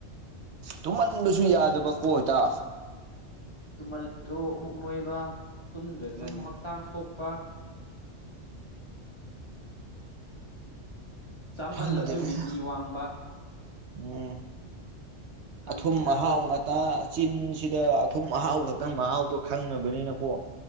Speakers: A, on the right (about 70°); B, on the left (about 25°).
A: ꯇꯨꯝꯃꯟꯕꯁꯨ ꯌꯥꯗꯕ ꯀꯣ ꯏꯇꯥ
B: ꯇꯨꯝꯃꯜꯖꯨ ꯑꯃꯨꯛ ꯅꯣꯏꯕ ꯇꯨꯝꯗ꯭ꯔꯁꯨ
A: ꯑꯗꯨꯅꯤ
B: ꯑꯃꯨꯛ ꯍꯛꯆꯥꯡ ꯁꯣꯛꯄ ꯆꯥꯃꯜꯂꯁꯨ
A: ꯈꯪꯗꯔꯦꯗ
B: ꯕꯤ ꯄꯤ ꯋꯥꯡꯕ
A: ꯎꯝ
B: ꯈꯪꯗ꯭ꯔꯦꯗ
A: ꯑꯊꯨꯝ ꯑꯍꯥꯎ
B: ꯑꯩꯈꯣꯏꯁꯦ
A: ꯉꯥꯠꯇ ꯆꯤꯟꯁꯤꯗ ꯑꯊꯨꯝ ꯑꯍꯥꯎ ꯈꯛꯇꯪ ꯃꯍꯥꯎꯗꯣ ꯈꯪꯉꯕꯅꯤꯅꯀꯣ